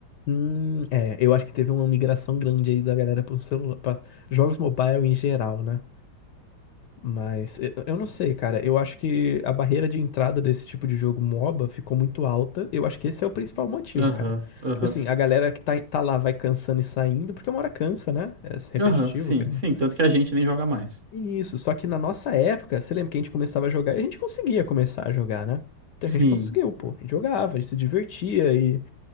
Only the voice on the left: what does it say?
Hum, é, eu acho que teve uma migração grande aí da galera pro celular, pra jogos mobile em geral, né? Mas e- eu não sei, cara. Eu acho que a barreira de entrada desse tipo de jogo MOBA ficou muito alta. Eu acho que esse é o principal motivo,
cara.
Tipo assim, a galera que tá, tá lá vai cansando e saindo, porque uma hora cansa, né? É repetitivo,
querendo.
ou não.
Isso, só que na nossa época, você lembra que a gente começava a jogar e a gente conseguia começar a jogar, né? Então
a gente conseguiu, pô. A gente jogava, a gente se divertia e